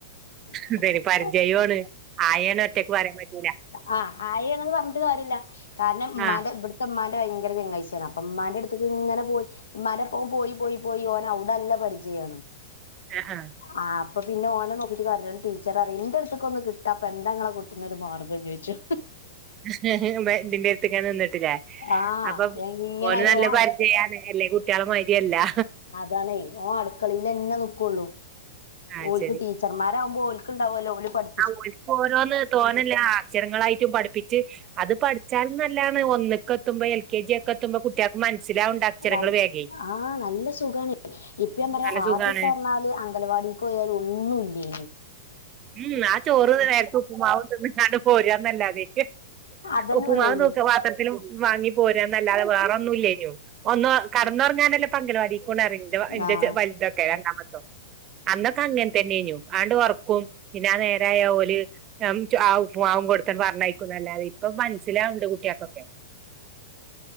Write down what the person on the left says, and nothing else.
<unintelligible>
ആഹാ ആയിയാണന്ന് പറഞ്ഞിട്ട് കരില്ല- കാരണം ഉമ്മന്റെ
ഇവിടുത്തെ- അമ്മാന്റെ ഭയങ്കര- ചങ്കാഴ്ചയണാണ്. ഉമ്മന്റെ അടുത്തക്ക് ഇങ്ങനെ പോയി ഇമ്മാരെപ്പം പോയി, പോയി- പോയി ഒന് അവിടെല്ല നല്ല- പരിചയമാണ്.
ആഹ അപ്പോ പിന്ന ഓ നോക്കീട്ട് കാര്യയില്ല, ടീച്ചറിയും എന്റെ അടുത്തക്ക ഒന്ന് കിട്ട അപ്പ എന്തങ്ങളെകു- പിന്നെയൊരു മാർഗം ചോദിച്ചു.
ആഹ്
എങ്ങനായാലും
ഓൻ അടുക്ക
അതാണേ ഓ അടുക്കളൽന്നെ നക്കുള്ളൂ
ഒലക്.
ടീച്ചർമാർ ആവുമ്പോ ഒലക്ക്- ഉണ്ടാവുമല്ലോ ഓല് പഠി-
നൽ
ആഹ് നല്ല സുഖാണ്. ഇപ്പ ഞാൻ പറയാ,
ആദ്യോക്കറഞ്ഞാല് അങ്കലവാടി പോയാലൊന്നും ഇല്ലേര്ന്ന്.
അതന്നെ
ഉള്ളേനി
ആഹ്